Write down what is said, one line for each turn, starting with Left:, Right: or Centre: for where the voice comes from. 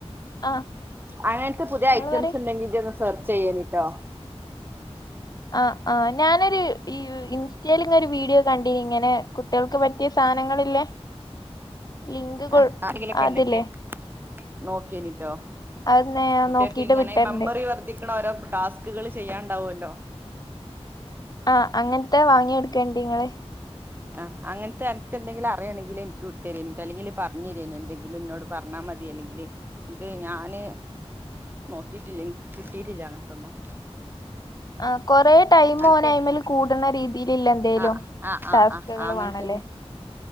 Left: ആഹ്
Right: അങ്ങനത്തെ പുതിയ
Left: ഇങ്ങള്
Right: ഐറ്റംസ്
Left: പറയ്
Right: ഉണ്ടെങ്കിൽ ഒന്ന് സെർച്ച് ചെയ്യാനിട്ടോ
Left: ആ ആ് ഞാനൊരു ഈ ഇൻസ്റ്റയിൽ ഇങ്ങ ഒരു വീഡിയോ കണ്ടി ഇങ്ങനെ കുട്ടികൾക്ക് പറ്റിയ സാധനങ്ങളില്ലേ ലിങ്ക് കൊ
Right: ആഹ അടികില കണ്ടെ
Left: അതില്ലേ
Right: നോക്കിയനട്ടോ
Left: അത് ഞാൻ
Right: കുട്ടിയക്കെ
Left: നോക്കിട്ട്
Right: ഇങ്ങനെ
Left: വിട്ടരണ്ട്
Right: മെമ്മറി വർദ്ധിക്കണ ഓരോ ടാസ്ക് വർക്കുകൾ ചെയ്യാണ്ടാവുല്ലോ?
Left: ആഹ് അങ്ങനത്തെ വാങ്ങി എടുക്കേണ്ടേ നിങ്ങള്?
Right: ആഹ്അങ്ങനത്തെ നിനക്ക് എന്തെങ്കിലും അറിയണെങ്കിൽ എനിക്ക് ഇട്ട് തരീൻ അല്ലെങ്കിൽ പറഞ്ഞു തരിയേനി എന്തെങ്കിലും എന്നോട് പറഞ്ഞാൽ മതി അല്ലെങ്കില് എനിക്ക് ഞാന് നോക്കിട്ടില്ല. എനിക്ക് കിട്ടിട്ടില്ല അങ്ങനത്തൊന്നും.
Left: ആ കൊറേ ടൈം
Right: അനക്ക്
Left: ഓന് അയ്മേൽ കൂടുന്ന രീ ഇതിലില്ല എന്തേലും
Right: ആഹ് ആഹ് ആഹ്
Left: ടാസ്കുകൾ
Right: ആഹ് അങ്ങനെ
Left: വേണല്ലേ?
Right: തന്നെ